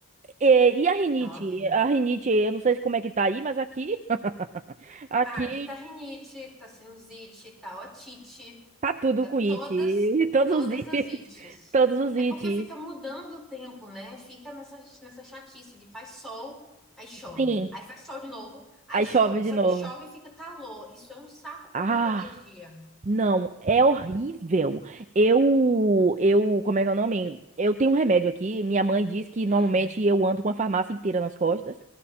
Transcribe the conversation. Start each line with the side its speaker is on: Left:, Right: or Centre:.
Right: é, E a rinite?
Centre: Tá horrível.
Right: A rinite, eu não sei como é que tá aí, mas aqui, <laughs> aqui
Centre: Ah, aqui tá rinite, tá sinusite, tá otite.
Right: tá tudo
Centre: Tá
Right: com it.
Centre: todas,
Right: <laughs> E Todos
Centre: todas
Right: os it,
Centre: as ites.
Right: <laughs> todos os
Centre: É
Right: ites.
Centre: porque fica mudando o tempo, né? Fica nessa, nessa chatice de faz sol, aí chove.
Right: Sim,
Centre: Aí faz sol de novo, aí
Right: aí
Centre: chove.
Right: chove de
Centre: Só
Right: novo.
Centre: que chove e fica calor. Isso é um saco para
Right: Ah,
Centre: quem tem alergia.
Right: não, é horrível. Eu, eu, como é que é o nome? Eu tenho um remédio aqui. Minha mãe diz que normalmente
Centre: Hum,
Right: eu ando com a farmácia inteira nas costas.